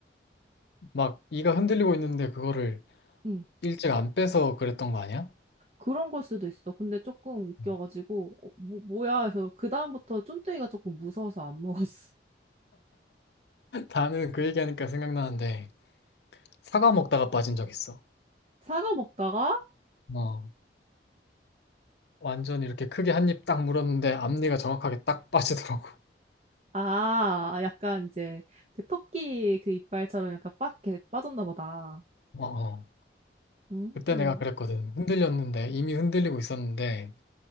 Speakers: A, on the left; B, on the right.
A: 막 이가 흔들리고 있는데 그거를
B: 응.
A: 일찍 안 빼서 그랬던 거 아니야?
B: 그런 걸 수도 있어. 근데 조금 웃겨가지고,
A: <laughs>
B: 어, 뭐, 뭐야 해서 그다음부터 쫀득이가 조금 무서워서 안 먹었어. <laughs>
A: 나는 그 얘기하니까 생각나는데 사과 먹다가 빠진 적 있어.
B: 사과 먹다가,
A: 어, 완전 이렇게 크게 한입 딱 물었는데 앞니가 정확하게 딱 <laughs> 빠지더라고.
B: 아, 약간 이제 그 토끼 그 이빨처럼 약간 빡 이렇게 빠졌나 보다.
A: 어, 어.
B: 음,
A: 그때 내가 그랬거든. 흔들렸는데 이미 흔들리고 있었는데